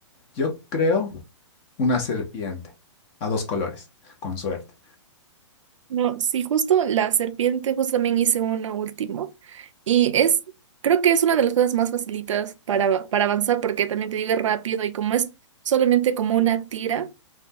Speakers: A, on the left (about 25°); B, on the right (about 75°).
A: yo creo, una serpiente a dos colores, con suerte.
B: No, sí, justo la serpiente, justo también hice uno último, y es, creo que es una de las cosas más facilitas para, para avanzar, porque también te digo es rápido, y como es solamente como una tira,